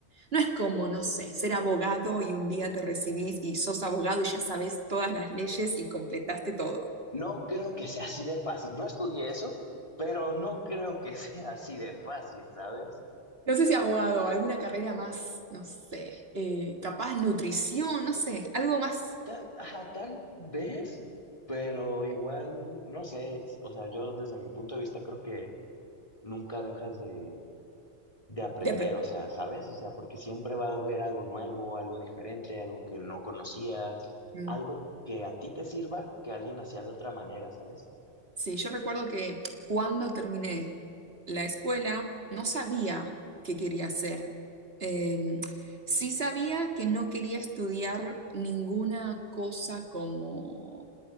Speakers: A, on the right (about 55°); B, on the left (about 25°).
A: no es como, no sé, ser abogado y un día te recibís y sos abogado y ya sabes todas las leyes y completaste todo.
B: no creo que sea así de fácil? No estudié eso, pero no creo que <laughs> sea así de fácil, ¿sabes?
A: No sé si abogado, alguna carrera más, no sé, eh, capaz nutrición, no sé, algo más
B: Ta- ajá, tal vez, pero igual, no sé, o sea, yo desde mi punto de vista creo que nunca dejas de de aprender,
A: de aprender.
B: o sea, ¿sabes? O sea, porque siempre va a haber algo nuevo, algo diferente, algo que no conocías,
A: Mm.
B: algo que a ti te sirva, que alguien hacía de otra manera, ¿sabes?
A: Sí, yo recuerdo que cuando terminé la escuela no sabía qué quería hacer. Em, sí sabía que no quería estudiar ninguna cosa como